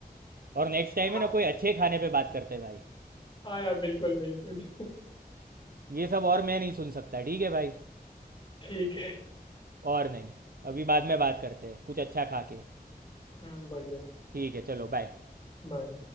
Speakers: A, on the right (about 65°); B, on the left (about 30°).
A: और नेक्स्ट टाइम
B: हाँ
A: है ना कोई अच्छे खाने पे बात करते हैं भाई
B: हाँ यार बिल्कुल बिल्कुल
A: ये सब और मैं नहीं सुन सकता ठीक है भाई
B: ठीक है
A: और नहीं अभी बाद में बात करते हैं कुछ अच्छा खा के
B: हम्म बढ़िया
A: ठीक है चलो बाय
B: बाय